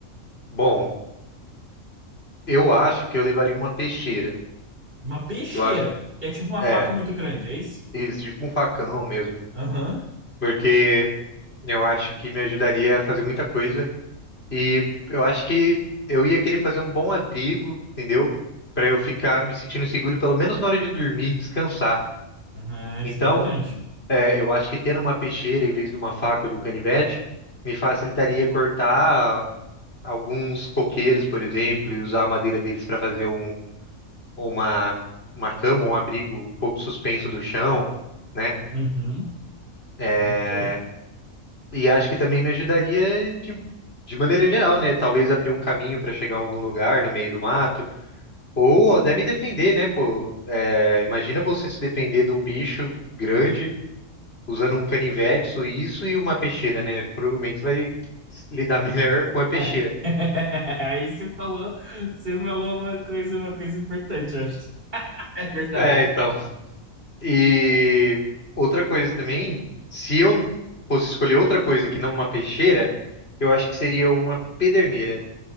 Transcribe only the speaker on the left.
Bom, eu acho que eu levaria uma peixeira.
Que eu acho.
É,
isso, tipo um facão mesmo.
Porque eu acho que me ajudaria a fazer muita coisa. E eu acho que eu ia querer fazer um bom abrigo, entendeu? Pra eu ficar me sentindo seguro, pelo menos na hora de dormir e descansar.
Então,
é, eu acho que tendo uma peixeira em vez de uma faca ou de um canivete me facilitaria cortar. alguns coqueiros, por exemplo, e usar a madeira deles para fazer um, uma, uma cama, um abrigo um pouco suspenso do chão, né?
É,
e acho que também me ajudaria de, de maneira geral, né? Talvez abrir um caminho para chegar a algum lugar no meio do mato, ou até me defender, né? Pô, É, imagina você se defender de um bicho grande usando um canivete suíço e uma peixeira, né? Provavelmente você vai lidar <laughs> melhor com a peixeira.
É, então. E outra coisa também, se eu fosse escolher outra coisa que não uma peixeira, eu acho que seria uma pederneira.